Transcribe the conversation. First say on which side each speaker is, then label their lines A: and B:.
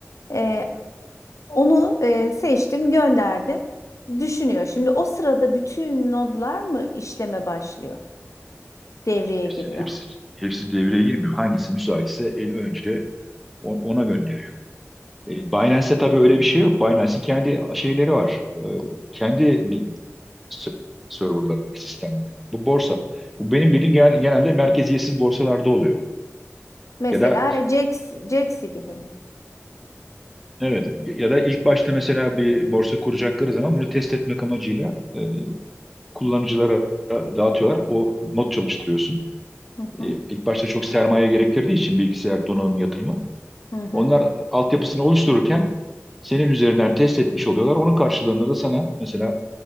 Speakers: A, on the left (about 80°); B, in the centre.
A: E, onu e, seçtim, gönderdim. Düşünüyor. Şimdi o sırada bütün nodlar mı işleme başlıyor, devreye
B: Hepsi,
A: giriyor?
B: hepsi, hepsi devreye girmiyor. Hangisi müsaitse en önce o- ona gönderiyor. E, Binance'te tabii öyle bir şey yok. Binance'in kendi şeyleri var. E, Kendi s- serverları var, sistemleri. Bu borsa. Bu benim dediğim gen- genelde merkeziyetsiz borsalarda oluyor.
A: Mesela
B: Ya da
A: Jax, Jax'i gibi mi?
B: evet ya da ilk başta mesela bir borsa kuracakları zaman bunu test etmek amacıyla e, kullanıcılara dağıtıyorlar. O not çalıştırıyorsun.
A: Hı hı,
B: E, ilk başta çok sermaye gerektirdiği için bilgisayar donanım yatırımı.
A: hı hı.
B: Onlar altyapısını oluştururken senin üzerinden test etmiş oluyorlar. Onun karşılığında da sana mesela